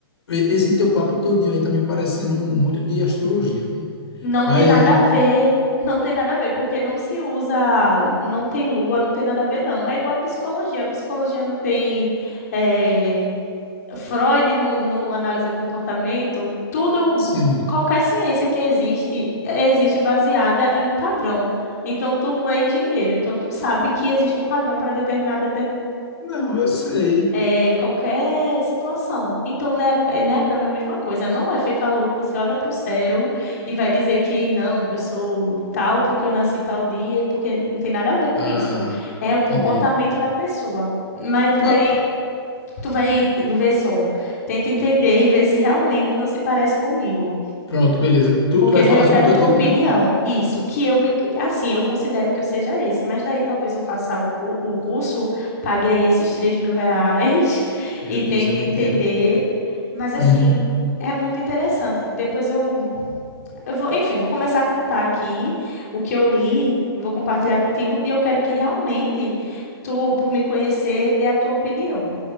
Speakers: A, on the left; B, on the left.
A: esse teu papo todinho aí tá me parecendo muito de astrologia, viu?
B: Não
A: Mas,
B: tem nada
A: eh,
B: a ver, não tem nada a ver, porque não se usa, não tem lua, não tem nada a ver, não. É igual a psicologia, a psicologia não tem eh, Freud no, no análise do comportamento, tudo,
A: sim.
B: qualquer ciência que existe, existe baseada em um padrão. Então, tu é engenheiro, então tu sabe que existe um padrão para determinada
A: Não, eu sei.
B: é, qualquer situação. Então, né, enneagrama é a mesma coisa. Não é feito à lua que você olha para o céu e vai dizer que não, eu sou tal porque eu nasci tal dia e porque não tem nada a ver com
A: Ah,
B: isso. É o comportamento
A: entendi.
B: da pessoa. Mas
A: Mas,
B: daí tu vai ver só, tenta entender e ver se realmente não se parece comigo.
A: pronto, beleza. Tu,
B: Porque
A: tu vai
B: daí
A: falar
B: eu
A: sobre
B: quero
A: o teu
B: tua
A: tipo,
B: opinião.
A: né?
B: Isso, que eu me, assim, eu considero que eu seja esse, mas daí talvez eu faça o, cu- o curso, pague aí esses três mil reais <laughs>
A: Meu
B: e tente
A: Deus, é muito
B: entender.
A: dinheiro.
B: Mas assim,
A: Uhum.
B: é muito interessante. Depois eu, eu vou, enfim, vou começar a contar aqui o que eu li, e vou compartilhar contigo, e eu quero que realmente tu, por me conhecer, dê a tua opinião.